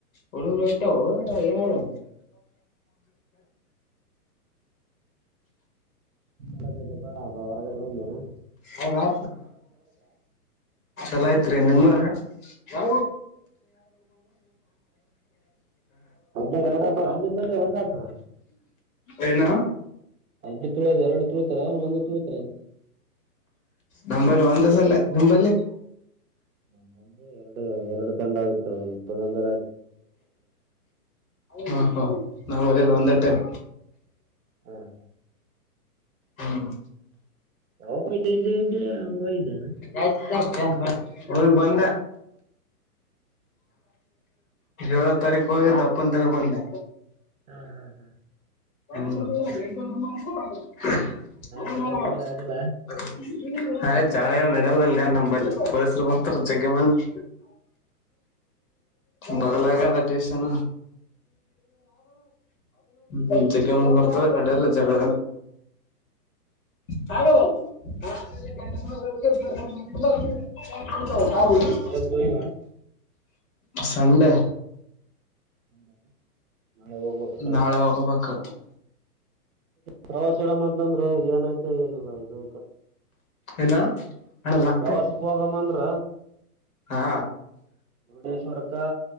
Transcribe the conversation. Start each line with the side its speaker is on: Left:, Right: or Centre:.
Left: ಹುಡುರು ಇಯ್ತವು ಏನ <inaudible>
Right: ಮಾಡಪ್ಪ ಅ ಹೊರಗಡೆ ಬಂದನಾ
Left: ಹ ಚಲ ಆಯ್ತು ರಿ ನಿಮ್ ಊರಾಗ <unintelligible> ಹಾ
Right: ಅಗ್ಗಿ ಎರಡಾತದ ನಿಮ್ಮಲ್ಲಿ ಒಂದಾತದ
Left: ಏನ
Right: ಹಂಗೆಿ ತುಳಿಯದ ಎರಡು ತುಳ್ತರ ಒಂದು ತುಳ್ತರಗೆ
Left: ನಂಬಲ್ಲಿ ಒಂದಸಲ ನಿಂಬಲ್ಲಿ
Right: ನಮ್ಮಲ್ಲಿ ಎರಡು ಎರಡು ದಂಡ ಆಗುತ್ತೆ ಒಂದ ದಂದ
Left: ಹಾ ಹ ನಾ ಮರಲ್ಲ ಒಂದೇ ಟೈಮ್
Right: ಹ್ಮ ಹಾ
Left: ಹ್ಮ್
Right: ಹೋಗಿದ್ದೆ ಇಲ್ಲಿ ಇದ್ದೆ ಹೋಗಿದ್ದಾನ
Left: ಅಕ್ಕಾಯ ಮ ಹೋಗ್ ಬಂದ ಏಳ ತಾರೀಕು ಹೋಗಿದ್ದ ದಪ್ಪಂತ ತನಕೊಂಡೆ
Right: ಹ್ಮ ಹಾ ಹಾ
Left: ನಿ <unintelligible>
Right: ಜಗಳ ಗಿಗಳ ಆಡಿಲ್ಲ
Left: ಆಯ್ ಜಳ ನಡಲ್ಲಲ್ಲಿ ನಮ್ಮಲ್ಲಿ ಪೊಲೀಸರು ಬರ್ತಾರ ಜಗ್ಗೆ ಮಂದಿ ಬದಲಾಗಿ ಅದೆ ಸ್ಟೇಷನ್ ಮುಂಚಕ್ಕೆ ಮುಂದ ಬರ್ತವೆ ನಡೆಯಲ್ಲ ಜಗಳ <unintelligible> <unintelligible>
Right: ಕಾಲೇಜ್ ಹೋಗಿಲ್ಲ
Left: ಸಂಡೆ
Right: <unintelligible> ಹೋಗ್ಬೇಕು
Left: ನಾಳೆ ಹೋಗ್ಬೇಕು
Right: ಪ್ರವಾಸ ಇಡಮ್ ಅಂತಂದ್ರೆ ಏನಾಯ್ತ ಏನಿಲ್ಲ ಇದು
Left: ಏನ ಅಣ್ಣ ಲಾಕ್ತಿ
Right: ಪ್ರವಾಸಕ್ಕೆ ಹೋಗಮ್ಮ ಅಂದ್ರ
Left: ಹಾ
Right: ಮುರುಡೇಶ್ವರಕ